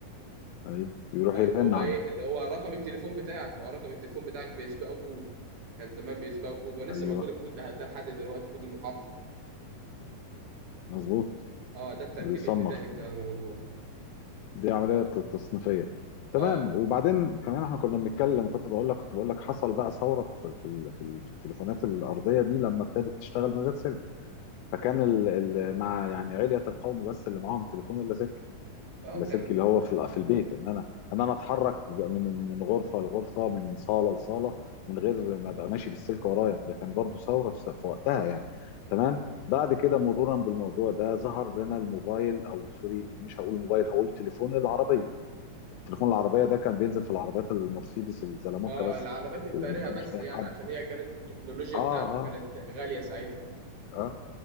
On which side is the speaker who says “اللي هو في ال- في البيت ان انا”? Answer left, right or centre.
Left